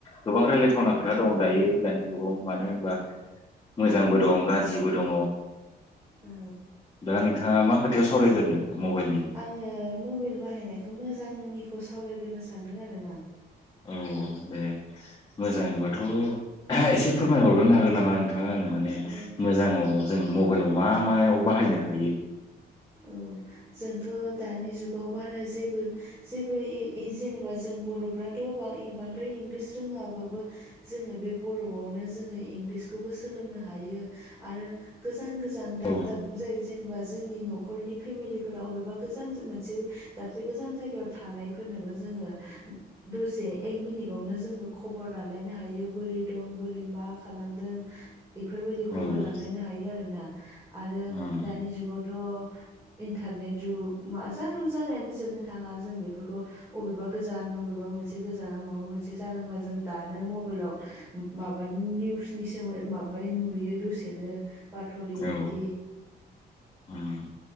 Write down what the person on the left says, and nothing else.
गोबां रायलाय थावना खोथा दं दायो दानि जुगाव मानो होनबा मोजांबो दं गाज्रिबो दङ
दा नोंथाङा मा खोथायाव सावरायग्रोनो मबाइलनि
औ दे मोजाङैबाथ' एसे फोरमायहरग्रोनो हागोन नामा नों थां आंनो माने
मोजाङाव जों मबेलाव मा मायाव बाहायनो हायो
औ
औ
उम
औ उम